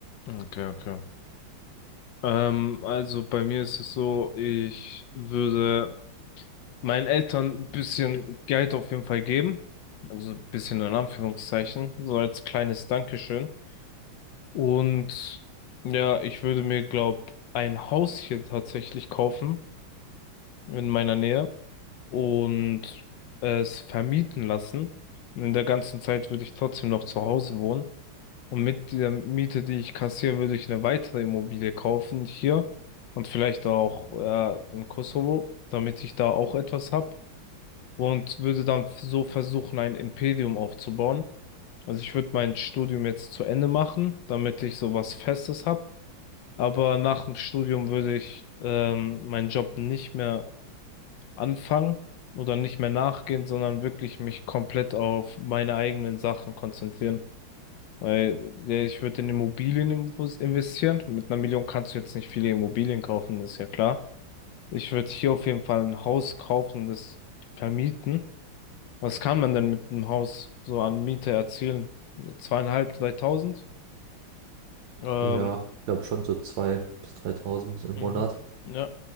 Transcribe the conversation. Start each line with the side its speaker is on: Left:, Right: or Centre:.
Left: Okay, okay. Ähm, also bei mir ist es so, ich würde meinen Eltern ein bisschen Geld auf jeden Fall geben. Also ein bisschen in Anführungszeichen, so als kleines Dankeschön. Und ja, ich würde mir, glaub, ein Haus hier tatsächlich kaufen in meiner Nähe und es vermieten lassen. Und in der ganzen Zeit würde ich trotzdem noch zu Hause wohnen. Und mit der Miete, die ich kassiere, würde ich eine weitere Immobilie kaufen hier und vielleicht auch äh, in Kosovo, damit ich da auch etwas hab und würde dann so versuchen, ein Imperium aufzubauen. Also ich würde mein Studium jetzt zu Ende machen, damit ich so was Festes habe. Aber nach dem Studium würde ich ähm, meinen Job nicht mehr anfangen oder nicht mehr nachgehen, sondern wirklich mich komplett auf meine eigenen Sachen konzentrieren. Weil ja, ich würde in Immobilien inv- investieren. Mit einer Million kannst du jetzt nicht viele Immobilien kaufen, das ist ja klar. Ich würde hier auf jeden Fall ein Haus kaufen und das vermieten. Was kann man denn mit einem Haus so an Miete erzielen? Zweieinhalb, dreitausend? Ähm,
Right: Ja, ich glaube schon so 2.000 bis 3.000 im
Left: mhm.
Right: Monat.
Left: Ja.